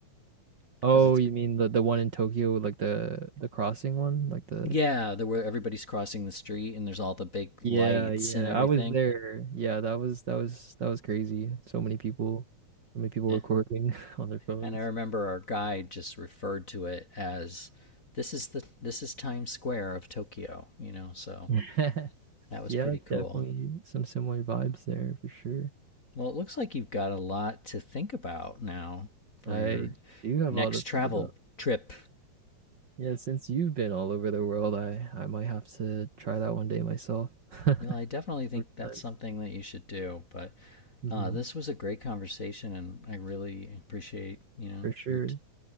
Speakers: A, on the left; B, on the right.
A: because
B: oh,
A: it's
B: you mean the the one in Tokyo, like the the crossing one, like the
A: yeah, there where everybody's crossing the street and there's all the big lights
B: Yeah, yeah.
A: and everything.
B: I was there. Yeah, that was that was that was crazy. So many people, so many people
A: And
B: recording <laughs> on their phones.
A: and I remember our guide just referred to it as this is the this is Times Square of Tokyo, you know, so
B: <laughs>
A: that was
B: Yeah,
A: pretty
B: it's
A: cool.
B: definitely some similar vibes there for sure.
A: Well, it looks like you've got a lot to think about now for
B: I
A: your
B: do have
A: next
B: a lot to think
A: travel
B: about.
A: trip.
B: Yeah, since you've been all over the world, I I might have to try that one day myself. <laughs>
A: You know, I definitely think
B: For
A: that's
B: time,
A: something that you should do. But
B: hmm
A: uh, this was a great conversation, and I really appreciate you know
B: For sure.
A: your t-